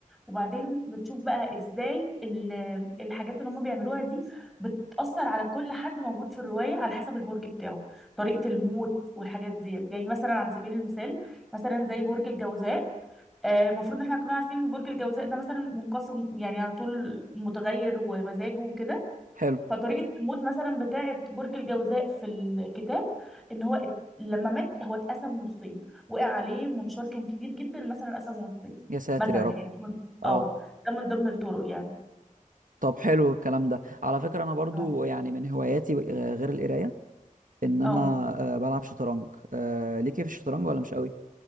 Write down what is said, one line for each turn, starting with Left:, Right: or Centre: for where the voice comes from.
Centre: وبعدين بتشوف بقى ازاي ال- الحاجات اللي هم بيعملوها دي بتأثر على كل حد موجود في الرواية على حسب البرج بتاعه طريقة الموت والحاجات ديت يعني مثلا على سبيل المثال مثلا زي برج الجوزاء آه، المفروض ان احنا كنا عارفين ان برج الجوزاء ده مثلا منقسم يعني على طول متغير ومزاجه وكده
Right: حلو
Centre: فطريقة الموت مثلا بتاعة برج الجوزاء في الكتاب ان هو ات- لما مات هو اتقسم نصين وقع عليه منشار كان كبير جدا مثلا قسمه نصين
Right: يا ساتر
Centre: مثلا
Right: يا
Centre: يعني
Right: رب
Centre: ده من-
Right: اه
Centre: اه ده من ضمن الطرق يعني
Right: طب حلو الكلام ده على فكرة أنا برضو
Centre: اه
Right: يعني من هواياتي آه، غير القراية إن أنا
Centre: اه
Right: آه، بلعب شطرنج آه، ليكي في الشطرنج ولا مش قوي؟